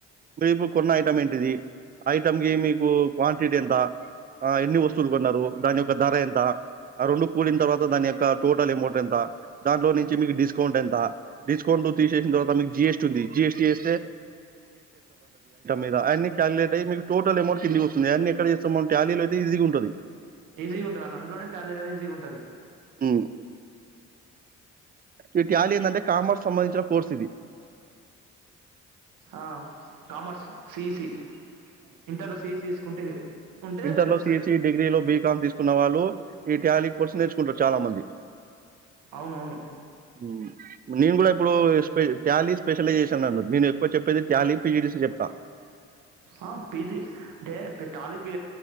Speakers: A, on the right; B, on the right.
A: మీరుప్పు కొన్న ఐటం ఏంటిది ఆ ఐటం క మీకు క్వాంటిటీ ఎంత ఎన్ని వస్తువులు కొన్నారు దాని యొక్క ధర ఎంత ఆ రెండు కూలిన తర్వాత దాని యొక్క టోటల్ అమౌంట్ ఎంత దాంలో నుంచి మీకు డిస్కౌంట్ ఎంత డిస్కౌంట్ తీసేసిన తర్వాత మీకు జిఎస్టి ఉంది జిఎస్ మీద అన్ని క్యాలిక్యులేట్ అయ్యి మీకు టోటల్ అమౌంట్ కిందికి వస్తుంది అన్ని ఎక్కడ చేస్తాం మనం టాలీలో అయితే ఈజీగా ఉంటుంది
B: ఈ ఉ అందులోనే టాలెయడం ఈజీగా ఉంటది
A: ఉమ్. ఈ టాలీ ఏంటంటే కామర్స్ సంబంధించిన కోర్స్ ఇది
B: ఆ కామర్స్ సిఈసి ఇంటర్లో సిఈసి తీసుకుంటే ఇదే ఉంటే
A: ఇంటర్లో
B: తెలుస్తది.
A: సిఈసి డిగ్రీలో బీకామ్ తీసుకున్న వాళ్ళు ఈ టాలీ కోర్స్ నేర్చుకుంటారు చాలా మంది
B: అవునవును
A: ఉమ్. నేను ఇప్పుడు స్పె టాలీ స్పెషలైజేషన్ చేశాను నేను ఏక్కువ చెప్పేది టాలి పిజడిసి చెప్తా
B: ఆ పీజీ అంటే టాలి పి